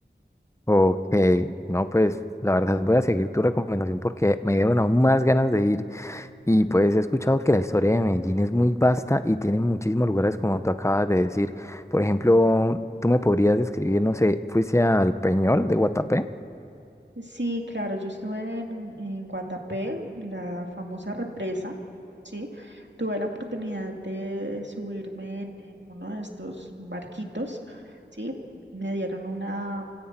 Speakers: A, on the left (about 15°); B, on the right (about 80°).
A: Ok, no, pues la verdad voy a seguir tu recomendación porque me dieron aún más ganas de ir. Y pues he escuchado que la historia de Medellín es muy vasta y tiene muchísimos lugares como tú acabas de decir. Por ejemplo, tú me podrías describir, no sé, ¿fuiste al Peñol de Guatapé?
B: Sí, claro, yo estuve en, en Guatapé, la famosa represa, ¿sí? Tuve la oportunidad de subirme en, en uno de estos barquitos, ¿sí? Me dieron una,